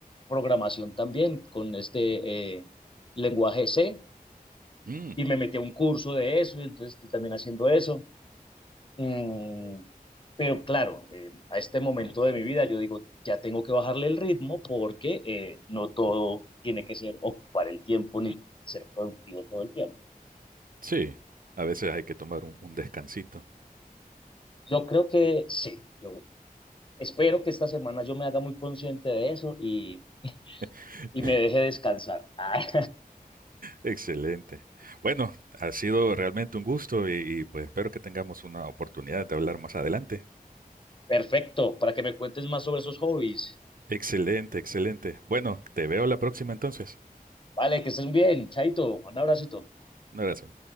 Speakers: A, on the left; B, on the right.
A: programación también con este eh, lenguaje C
B: Mm,
A: y me metí a un curso de eso y entonces estoy también haciendo eso. Mm, pero claro, eh, a este momento de mi vida yo digo, ya tengo que bajarle el ritmo porque eh, no todo tiene que ser ocupar el tiempo ni ser productivo todo el tiempo.
B: sí, a veces hay que tomar un, un descansito.
A: Yo creo que sí, yo espero que esta semana yo me haga muy consciente de eso y,
B: <laughs>
A: y me deje descansar. <laughs> Ah,
B: Excelente. Bueno, ha sido realmente un gusto y y, pues espero que tengamos una oportunidad de hablar más adelante.
A: perfecto, para que me cuentes más sobre esos hobbies.
B: Excelente, excelente. Bueno, te veo la próxima entonces.
A: Vale, que estés bien, Chaito, un abracito.
B: Un abrazo.